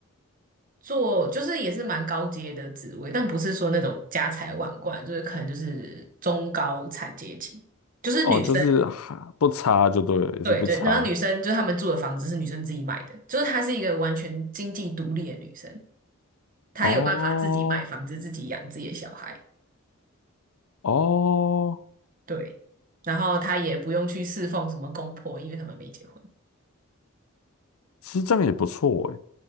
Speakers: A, on the right (about 40°); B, on the left (about 80°).
A: 做就是也是蛮高阶的职位，但不是说那种家财万贯，就是可能就是中高产阶级，就是女生，
B: 哦，就是哈不差就对了，也是不差。
A: 对对，然后女生就是他们住的房子是女生自己买的，就是她是一个完全经济独立的女生，她有办法自己买房子，
B: 哦
A: 自己养自己的小孩，
B: 哦，
A: 对，然后她也不用去侍奉什么公婆，因为他们没结婚，
B: 其实这样也不错哎，